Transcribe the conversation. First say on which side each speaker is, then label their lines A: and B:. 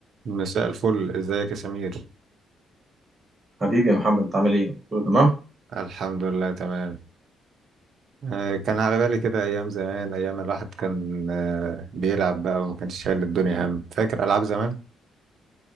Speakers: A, on the right; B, on the right.
A: مساء الفل ازيك يا سمير
B: حبيبي يا محمد انت عامل ايه؟ كله تمام؟
A: الحمد لله تمام آه، كان على بالي كده ايام زمان ايام الواحد كان آه، بيلعب بقى وما كانش شايل الدنيا هم فاكر العاب زمان